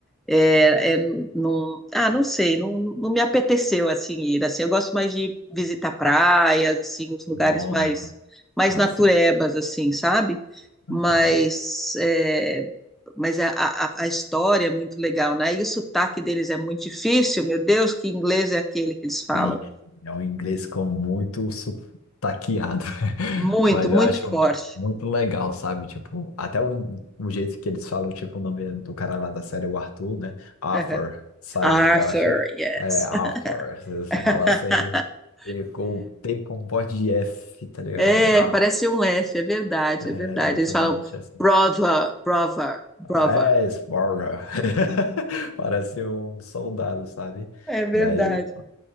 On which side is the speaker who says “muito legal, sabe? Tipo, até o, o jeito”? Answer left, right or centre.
Left